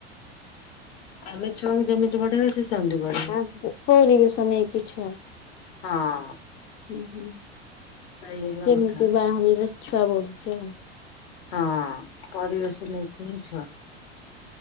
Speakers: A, on the left; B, on the left.
A: ଆମେ ଛୁଆଙ୍କୁ ଯେମିତି ବଢେଇବା ସିଏ ସେମିତି ସେ ବଢିବେ।
B: ଆଉ ପରିବେଶ ନେଇକି ଛୁଆ।
A: ହଁ।
B: ବୁଝିଲି।
A: ସେଇ ହେଲା
B: କେମିତି
A: କଥା
B: ବା ହେଲାରେ ଛୁଆ ବଢୁଛି ଆଉ।
A: ହଁ ପରିବେଶ ନେଇକି ହିଁ ଛୁଆ।